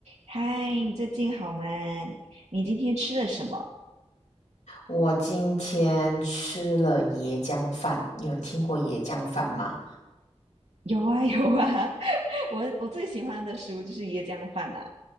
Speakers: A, on the right; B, on the left.
A: 嗨，你最近好吗？你今天吃了什么？
B: 我今天吃了椰浆饭，你有听过椰浆饭吗？
A: 有啊，有啊，<laughs> 我我最喜欢的食物就是椰浆饭啦、